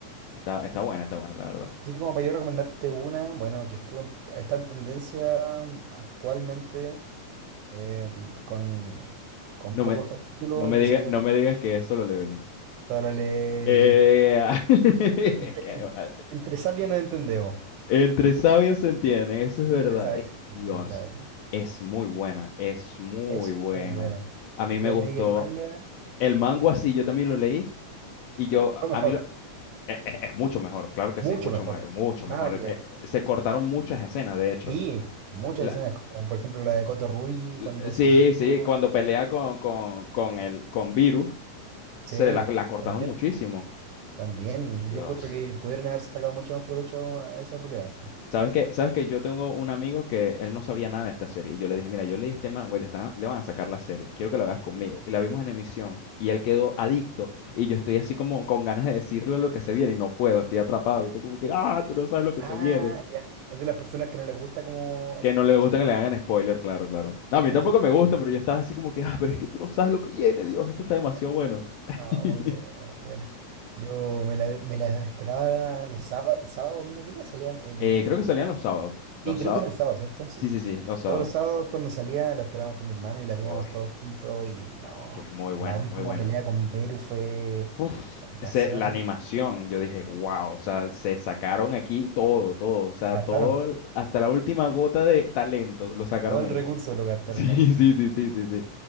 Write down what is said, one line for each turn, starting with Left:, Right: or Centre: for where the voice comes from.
Left: Está, está buena, está buena, la verdad.
Right: Así como para yo recomendarte una, bueno, que estuvo, en- está en tendencia mm, actualmente, eh, con, con
Left: No
Right: pocos
Left: me,
Right: capítulos
Left: no me
Right: y que
Left: diga-
Right: se puede
Left: no
Right: ver.
Left: me digas que es Solo Leveling.
Right: Dale,
Left: Eh,
Right: link. Entre,
Left: <laughs> qué
Right: en-
Left: mal.
Right: entre sabias nos entendemos.
Left: Entre sabios se entienden, eso es
Right: Empezaba
Left: verdad. Es-
Right: y se entienden,
Left: Dios,
Right: claro.
Left: es muy buena, es muy
Right: Es
Left: buena.
Right: muy buena.
Left: A
Right: Y
Left: mí me
Right: yo
Left: gustó
Right: me vi el manga,
Left: el mango así, yo también lo leí y yo,
Right: fue mejor,
Left: a mí lo- e- e- es, mucho mejor, claro que
Right: mucho
Left: sí, es mucho,
Right: mejor.
Left: me- mucho
Right: Nada
Left: mejor.
Right: que ver.
Left: Eh, eh, se cortaron muchas escenas, de hecho.
Right: Y muchas
Left: La-
Right: escenas, como por ejemplo la de Kotorugi
Left: la-
Right: cuando
Left: sí,
Right: se asustó.
Left: sí, cuando pelea con, con, con el, con Virus,
Right: Sí,
Left: se la, la cortaron
Right: también,
Left: muchísimo.
Right: también.
Left: Dios.
Right: Yo encuentro que pudieron haber sacado mucho más provecho a esa pelea.
Left: Sabes que, sabes que yo tengo un amigo que él no sabía nada de esta serie. Y yo le dije, mira, yo leí a este man, güey, le, están- le van a sacar la serie. Quiero que la veas conmigo. Y la vimos en emisión. Y él quedó adicto. Y yo estoy así como con ganas de decirle lo que se viene. Y no puedo, estoy atrapado. Yo estoy como que, ah, tú no sabes lo que
Right: Ah,
Left: se viene.
Right: ya. Es de las personas que no les gusta como... exp-
Left: Que no le
Right: exp-
Left: gusta que le hagan spoiler, claro, claro. No, a mí
Right: Ya,
Left: tampoco me gusta,
Right: sí,
Left: pero yo estaba así como que, ah, pero es que tú no sabes lo que viene, Dios, esto está demasiado
Right: ya.
Left: bueno. <laughs>
Right: No, muy buena, muy buena. Yo me la, me la esperaba los sábados, sábado, domingo. ¿Qué día salía el el
Left: Eh,
Right: domingo?
Left: creo que salían los sábados. Los
Right: Y creo
Left: sábados.
Right: que era el sábado, ¿cierto? Sí.
Left: Sí, sí, sí, los sábados.
Right: Todos los sábados cuando salía lo esperábamos con mi hermano y la veíamos
Left: Uy,
Right: todos juntos y no.
Left: es que es muy buena,
Right: La Oh.
Left: es
Right: última
Left: muy buena.
Right: pelea con Beru fue
Left: Uf,
Right: animación.
Left: ese- la animación, yo dije, wow, o sea, se sacaron aquí todo, todo, o sea,
Right: Gastaron
Left: todo, hasta la última gota de talento lo sacaron
Right: todo el
Left: ahí.
Right: recurso,
Left: <laughs>
Right: lo gastaron
Left: Sí,
Right: ahí.
Left: sí, sí, sí, sí, sí.